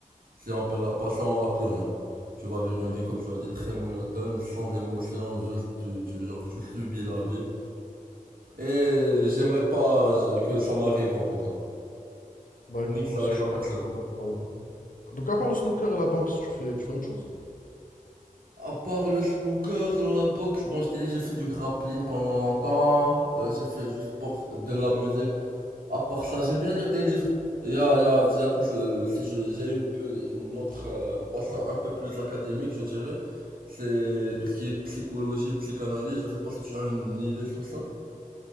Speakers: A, on the right; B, on the left.
A: Si on perd la passion, on n'a plus rien. Tu vas vivre une vie, comme tu l'as dit, très monotone, sans émotion, juste tu, tu- genre, tu subis la vie. Et j'aimerais pas que ça m'arrive en tout cas.
B: Bah
A: Ni
B: écoute,
A: que
B: moi
A: ça
B: aussi,
A: arrive
B: je
A: à
B: suis
A: personne.
B: parfaitement d'accord avec toi. Donc à part le snooker et la boxe, tu fais, tu fais autre chose?
A: À part le snooker, la boxe, bon je t'ai dit j'ai fait du grappling pendant longtemps, euh, j'ai fait du sport, de la musique. À part ça, j'aime bien lire des livres. Il y a, il y a déjà tout le- si je- j'ai une, peu- une autre euh, passion un peu plus académique, je dirais. C'est tout ce qui est psychologie, psychanalyse. Je sais pas si tu as une idée sur ça.